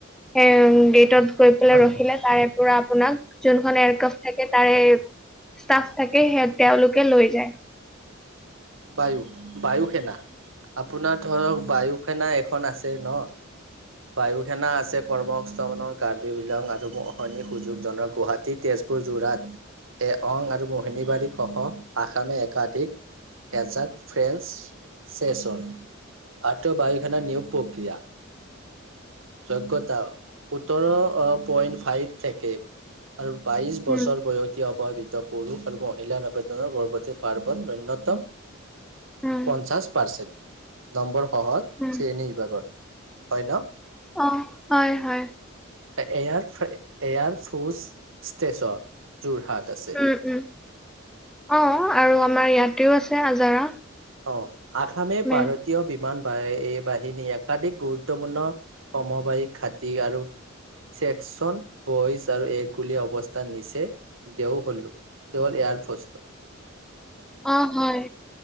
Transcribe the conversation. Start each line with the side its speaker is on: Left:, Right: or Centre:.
Centre: সেং গেটত গৈ পেলাই
Right: হয়
Centre: ৰখিলে
Right: হয়
Centre: তাৰে পুৰা আপোনাক যোনখন এয়াৰক্ৰাফ থাকে তাৰে ষ্টাফ থাকে সে তেওঁলোকে লৈ যায়।
Right: বায়ু, বায়ু সেনা আপোনাৰ ধৰক বায়ু সেনা এখন আছে ন বায়ু সেনা আছে কৰ্মস্থৰ কাৰ্বি বিলাক আৰু সৈনিক সুযোগজনক গুৱাহাটী তেজ তেজপুৰ যোৰহাট এ অং আৰু মোহিনী বাৰীসহ আসামে একাধিক এজাক ফ্ৰেঞ্চচ চেছ অন আৰ টু বাইক নিয়োগ প্ৰক্ৰিয়া যোগ্যতা সোতৰ পইণ্ট ফাইভ থাকে। আৰু বাইশ
Centre: হয়
Right: বছৰ বয়সীয় ব ৱিত পুৰুষ আৰু মহিলাৰ আবেদনৰ প্ৰপত্ৰে পাৰ্বত নুণ্যতম
Centre: উম,
Right: পঞ্চাশ পাৰ্চেণ্ট নম্বৰ সহজ
Centre: উম,
Right: শ্ৰেণী বিভাগৰ হয় ন।
Centre: অ হয় হয়।
Right: এয়াৰফ্ৰে এয়াৰফৰ্চ ষ্টেশচন যোৰহাট। আছে
Centre: উম উম অ আৰু আমাৰ ইয়াতেও আছে আজাৰা।
Right: অ আসামে
Centre: মে
Right: ভাৰতীয় বিমান বা এই বাহিনী একাধিক গুৰুত্বপূৰ্ণ সমবায়িক ঘাটি আৰু চেকচন বইজ আৰু এগ বুলি অৱস্থা নিচে দেও হলো। দেৱল এয়া এয়াৰফস্তত
Centre: অ হয়